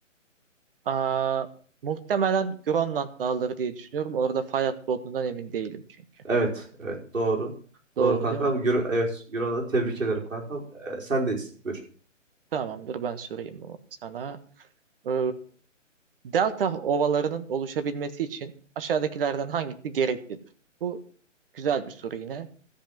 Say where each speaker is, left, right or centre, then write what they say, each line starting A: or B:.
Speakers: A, on the right; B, on the right.
A: Aa, muhtemelen Grönland dağları diye düşünüyorum. Orada fay hattı olduğundan emin değilim çünkü.
B: Evet, evet doğru. Doğru
A: Doğru
B: kankam.
A: değil mi?
B: Euro- evet, Euro'na tebrik ederim kankam. Ee, sendeyiz. Buyur.
A: Tamamdır ben sorayım bunu sana. Ee, delta ovalarının oluşabilmesi için aşağıdakilerden hangisi gereklidir? Bu güzel bir soru yine.